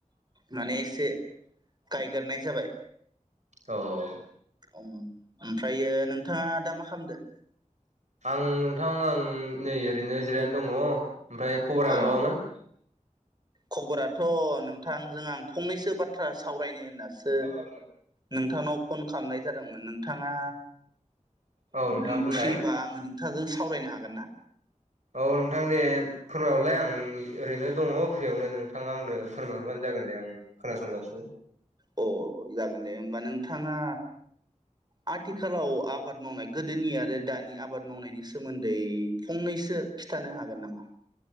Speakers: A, on the right; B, on the right.
A: माने एसे गायग्रोनाय जाबाय।
B: औ-औ।
A: अम ओमफ्रायो नोंथाङा दा मा खामदो।
B: आं नोंथां आं नै ओरैनो जिरायनानै दङ ओमफ्राय खबरा
A: ओ
B: माबामोन।
A: खबराथ' नोंथांजों आं फंनैसो बाथ्रा सावरायनो होननासो
B: <inaudible>
A: नोंथांनाव फन खालामनाय जादोंमोन । नोंथाङा
B: औ
A: <unintelligible>
B: नोंथां बुंलाय
A: फ्रिबा आङो नोंथांजों सावरायनो हागोन ना।
B: औ नोंथां ने फोरमायहरलाय आं ओरैनो दङ फ्रियावनो नोंथाङा आंनो फोरमायहरबानो जागोन दे आं खोनासंगासिनो
A: अ जागोन दे होमबा नोंथाङा आथिखालाव आबाद मावनाय गोदोनि आरो दानि आबाद मावनायनि सोमोन्दै फंनैसो खिथानो हागोन नामा।